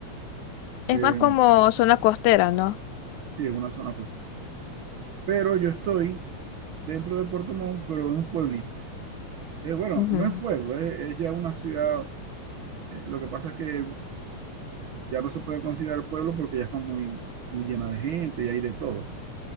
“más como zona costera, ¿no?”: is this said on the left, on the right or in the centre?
Left